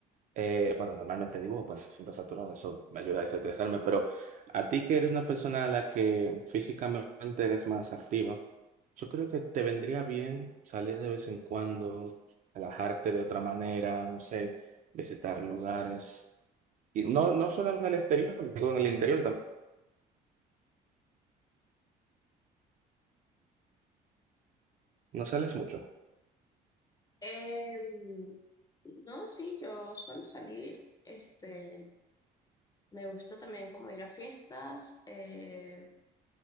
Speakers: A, on the right; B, on the left.
A: eh, bueno, normalmente digo, cuando me siento saturado, eso me ayuda a desestresarme, pero a ti que eres una persona a la que físicamente eres más activa, yo creo que te vendría bien salir de vez en cuando, relajarte de otra manera, no sé, visitar lugares, y no, no solo en el exterior, digo, en el interior también, no sales mucho.
B: Em, no, sí, yo suelo salir, este, me gusta también como ir a fiestas, eh,